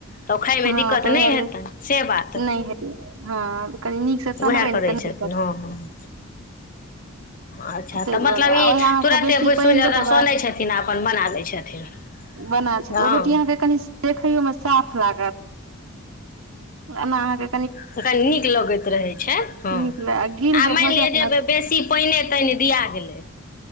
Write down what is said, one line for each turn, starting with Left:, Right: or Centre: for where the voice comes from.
Left: तऽ खाायमे
Right: हँ
Left: दिक्कत
Right: तऽ उएह
Left: नहि हेतनि
Right: ल
Left: से बात
Right: नहि हेतै हँ कनी नीक से
Left: वएह
Right: सनबै ने
Left: करै
Right: तनी
Left: छथि
Right: दिक्कत
Left: न हँ हँ अच्छा
Right: ताहि
Left: तऽ
Right: दुआरे
Left: मतलब
Right: आ
Left: ई
Right: ओएह अहाँके
Left: तुरते
Right: बेसी
Left: बुसुइन
Right: पानि दऽ देबै
Left: सनै छथिन आ अपन बना दै छथिन
Right: बनाल छै त
Left: हँ
Right: ओ रोटी अहाँ के कनि देखैयो में साफ लाग एना आहाके
Left: त कनी नीक लगैत रहैत छै हँ
Right: नीक गील
Left: आ
Right: जे
Left: माइन
Right: भऽ
Left: लिअ
Right: जायत
Left: जे
Right: ने
Left: बेसी पाइने तइन दिया गेलै